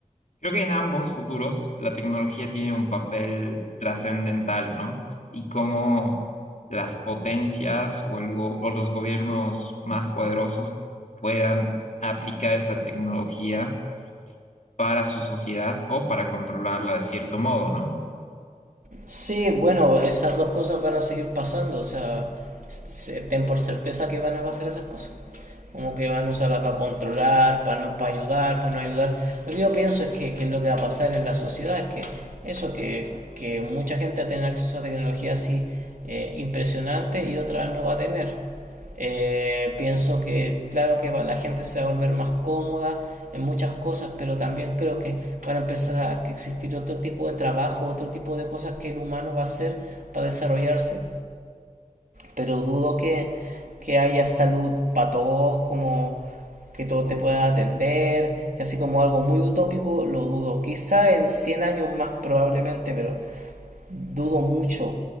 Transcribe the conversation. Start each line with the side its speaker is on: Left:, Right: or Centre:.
Left: Creo que en ambos futuros la tecnología tiene un papel trascendental, ¿no? Y cómo las potencias o, el go- o los gobiernos más poderosos puedan aplicar esta tecnología para su sociedad o para controlarla de cierto modo, ¿no?
Right: Sí, bueno, esas dos cosas van a seguir pasando, o sea, ten por certeza que van a pasar esas cosas. como que van a usarla para controlar, para no, para ayudar, para no ayudar. Lo que yo pienso es que, que es lo que va a pasar en la sociedad es que eso, que, que mucha gente va a tener acceso a tecnología así eh, impresionante y otra no va a tener. Eh, pienso que, claro que va- la gente se va a volver más cómoda en muchas cosas, pero también creo que van a empezar a existir otro tipo de trabajo, otro tipo de cosas que el humano va a hacer para desarrollarse. Pero dudo que, que haya salud para todos como que todo te pueda atender, que así como algo muy utópico, lo dudo. Quizá en 100 años más probablemente, pero dudo mucho